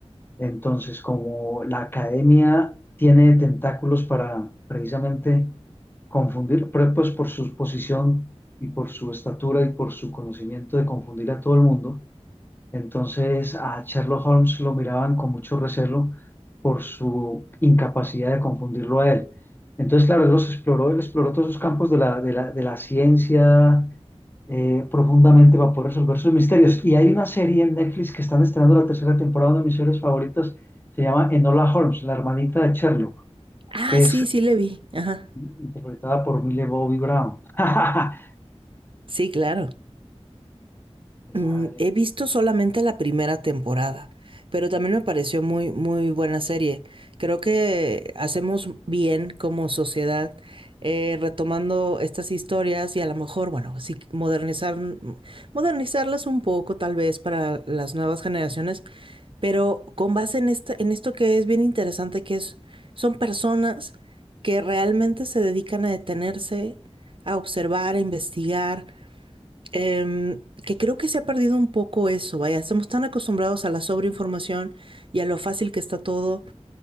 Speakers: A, on the left (about 20°); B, on the right (about 50°).
A: Entonces, como la academia tiene tentáculos para precisamente confundir, pero pues por su posición y por su estatura y por su conocimiento de confundir a todo el mundo, entonces a Sherlock Holmes lo miraban con mucho recelo por su incapacidad de confundirlo a él. Entonces, claro, él los exploró, él exploró todos esos campos de la, de la, de la ciencia, eh, profundamente va a poder resolver sus misterios. Y hay una serie en Netflix que están estrenando la tercera temporada, una de mis series favoritas, se llama Enola Holmes, la hermanita de Sherlock,
B: Ah,
A: que
B: sí,
A: es
B: sí le vi. Ajá.
A: interpretada por Millie Bobby Brown. <laughs>
B: Sí, claro.
A: Esa,
B: Mm,
A: eh.
B: he visto solamente la primera temporada, pero también me pareció muy, muy buena serie. Creo que hacemos bien como sociedad eh, retomando estas historias y a lo mejor, bueno, sí, modernizar, mm, modernizarlas un poco tal vez para las nuevas generaciones Pero con base en esta- en esto que es bien interesante, que es, son personas que realmente se dedican a detenerse, a observar, a investigar, em, que creo que se ha perdido un poco eso, vaya, estamos tan acostumbrados a la sobreinformación y a lo fácil que está todo,